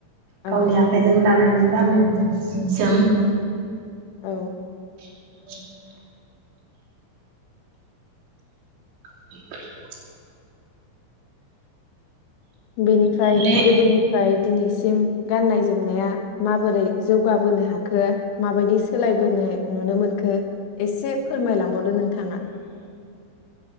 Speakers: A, on the right; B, on the left.
A: गावनि
B: औ
A: आखाइजों दाना नै गानो जों जि जोम।
B: औ
A: <inaudible> <inaudible>
B: बेनिफ्राय
A: ओमफ्राय
B: गोदोनिफ्राय दिनैसिम गाननाय जोमनाया माबोरै जौगाबोनो हाखो माबायदि सोलायबोनाय नुनो मोनखो एसे फोरमायलां बावदो नोंथाङा